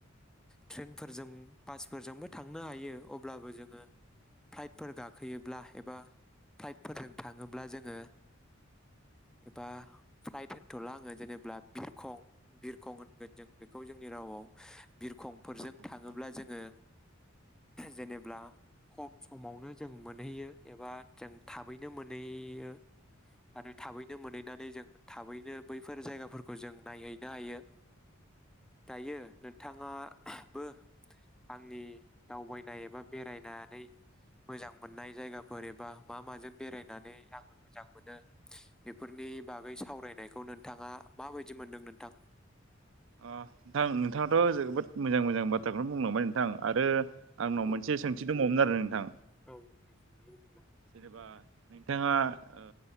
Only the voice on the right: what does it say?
औ नोंथां
अ नोंथां नोंथाङाथ' जोबोद मोजां मोजां बाथ्राखौनो बुंलांबाय नोंथां आरो आंनाव
मोनसे सोंथि दंबावोमोन आरो नोंथां।
जेनेबा नोंथाङा ओ